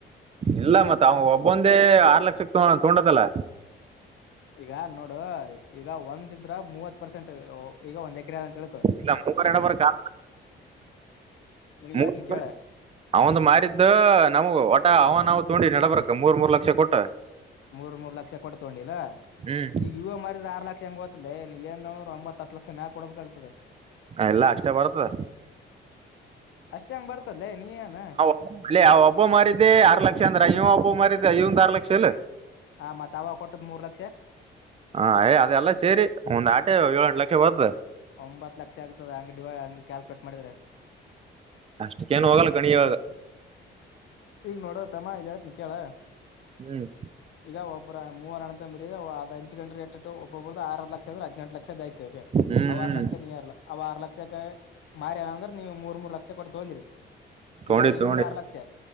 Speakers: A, on the right; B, on the left.
A: ಇಲ್ಲ ಮತ್ತ ಅವ ಒಬ್ಬೊಂದೇ ಆರ್ ಲಕ್ಷ ತೊಗೊಂಡದಲ್ಲ.
B: ಈಗ ನೋಡು ಈಗ ಒಂದಿದ್ರ ಮೂವತ್ ಪರ್ಸೆಂಟ್ ಈಗ ಒಂದ್ ಎಕ್ರ ಅದೇ ಅಂತ ತಿಳಿಕೋ.
A: ಇಲ್ಲ ಮೂವರೆ.
B: ನಿನ್ಗ್
A: <unintelligible>
B: ಹೇಳ್ತನಿ ಕೇಳ
A: ಅವಂದ ಮಾರಿದ್ದ ನಮಗ ಒಟ ಅವನವ್ ನಾನು ತಕೊಂಡಿದು ಮೂರ್ ಮೂರ್ ಲಕ್ಷ ಕೊಟ್ಟ.
B: ಮೂರ್ ಮೂರ್ ಲಕ್ಷ ಕೊಟ್ಟ ತೊಂಡಿಲ್ಲಾ
A: ಹ್ಮ್
B: ಈವಾಗ ಮಾರಿದ್ರೆ ಆರ್ ಲಕ್ಷ ಗೊತ್ತಾಲೆ ನೀ ಏನು ಒಂಬತ್ತು ಹತ್ತು ಲಕ್ಷ ಮ್ಯಗ್ ಕೊಡಬೇಕಾಗ್ತದೆ.
A: ಎಲ್ಲಾ ಅಷ್ಟೇ ಬರ್ತದ.
B: ಅಷ್ಟೇ ಹೆಂಗ್ ಬರ್ತದಲೇ ನೀ ಏನಾ.
A: ಅಲ್ಲಿ ಯಾವ ಒಬ್ಬ ಮಾರಿದ್ದೆ ಆರ್ ಲಕ್ಷ ಅಂದ್ರ ಈಯ್ಯ್ ಒಬ್ಬ ಮಾರಿದ್ದ ಈವೊಂದೂ ಆರ್ ಲಕ್ಷ ಇಲ್.
B: ಹಾ ಮತ್ ಅವಾಗಾ ಕೊಟ್ಟದ್ ಮೂರ್ ಲಕ್ಷ.
A: ಹ ಏ ಅದೆಲ್ಲ ಸೇರಿ ಒಂದ್ ಏಳೆಂಟು ಲಕ್ಷ ಒಯ್ತ್.
B: ಒಂಬತ್ತ್ತು ಲಕ್ಷ ಆಗ್ತದ ಹಂಗ್ ಡಿವೈ ಹಂಗ್ ಕ್ಯಾಲ್ಕುಲೇಟ್ ಮಾಡಿದ್ರೆ..
A: ಅಷ್ಟು ಏನ್ ಹೋಗಲ್ಲ ಗಣಿ ಇವಾಗ..
B: ಈಗ ನೋಡೋ ತಮ್ಮಾ ಹೇಳದ್ ಕೇಳ.
A: ಹ್ಮ್
B: ಈಗ ಒಬ್ಬ್ರ ಮೂವರ ಅಣ್ಣ ತಮ್ಮಾರಿ ಅದು ಹಂಚಿಗಂಡ್ರ ಎಟ್ಟು ಎಟ್ಟುಒಬ್ಬೊಬ್ರ ಆರ್ ಅರ್ ಲಕ್ಷ. ಅದ್ರ್ಯ್ ಹದಿನಿಂಟು ಲಕ್ಷದ ಐತೆಗ್
A: ಹ್ಮ್
B: ಅವ
A: ಹ್ಮ್
B: ಆರ್ ಲಕ್ಷ ನೀ ಆರ್. ಅವ್ ಆರ್ ಲಕ್ಷಕ್ಕ ಮಾರನನಂದ್ರ ನೀವು ಮೂರ್ ಮೂರ್ ಲಕ್ಷ ಕೊಟ್ಟ ತೊಂದ್ರಿ..
A: ತೊಂಡಿ
B: ಈಗ ಈವದು
A: ತೊಂಡಿ
B: ಆರ್ ಲಕ್ಷ.